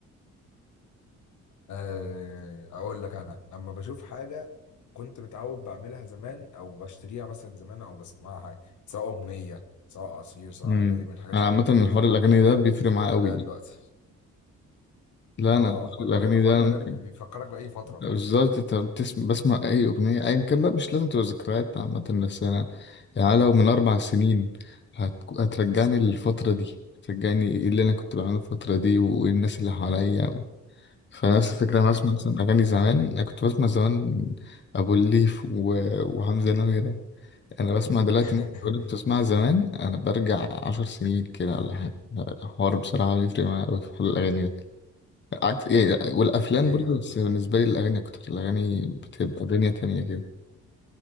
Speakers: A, on the left; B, on the left.
A: آه، اقول لك انا لما بشوف حاجه كنت متعود بعملها زمان او بشتريها مثلا زمان او بسمعها سواء اغنيه سواء عصير سواء
B: امم
A: حاجه دي من الحاجات
B: انا
A: اللي
B: عامه
A: كانت موجوده
B: الحوار
A: زمان
B: الاغاني
A: فاهم
B: ده بيفرق معايا قوي
A: ولا دلوقتي
B: لا
A: اه
B: انا
A: حوار
B: الاغاني
A: الأغ- حوار
B: ده
A: الاغاني
B: ممكن
A: بي- بيفكرك باي فتره
B: بالظبط
A: فاهم
B: انت بتسمع بسمع اي اغنيه ايا كان بقى مش لازم تبقى ذكريات عامه بس انا يعني لو من اربع سنين هت... هترجعني للفتره دي هترجعني ايه اللي انا كنت بعمله الفتره دي وايه الناس اللي حواليا و... فنفس الفكره انا
A: ايوه
B: بسمع مثلا
A: ايوه فاهم
B: اغاني زمان انا كنت بسمع زمان ابو الليف و... وحمزه نمره انا بسمع دلوقتي
A: <laughs>
B: ناس بتقول كنت بسمعها زمان انا برجع عشر سنين كده ولا حاجه الحوار بصراحه بيفرق معايا قوي في حوار الاغاني ده عكس إيه والافلام
A: ايوه
B: برضه
A: ايوه
B: بس
A: فاهم
B: بالنسبه لي الاغاني اكتر الاغاني بتبقى دنيا تانية كده